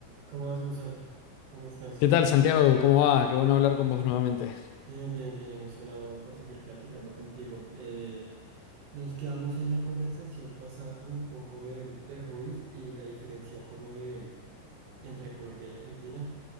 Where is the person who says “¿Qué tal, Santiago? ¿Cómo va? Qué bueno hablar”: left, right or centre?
Left